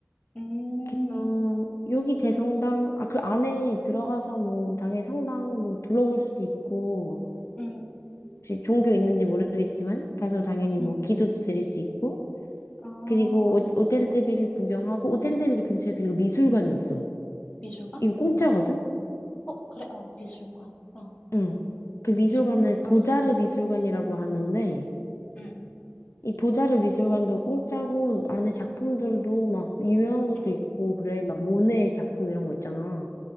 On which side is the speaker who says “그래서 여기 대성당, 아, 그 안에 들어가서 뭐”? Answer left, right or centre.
Left